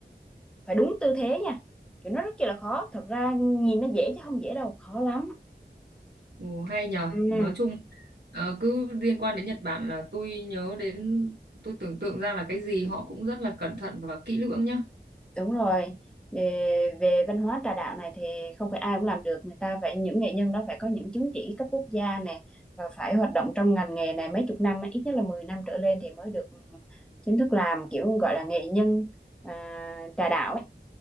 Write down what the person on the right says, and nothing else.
Ồ, hay nhở
nói chung ờ, cứ liên quan đến Nhật Bản là tôi nhớ đến tôi tưởng tượng ra là cái gì họ cũng rất là cẩn thận và kỹ lưỡng nhá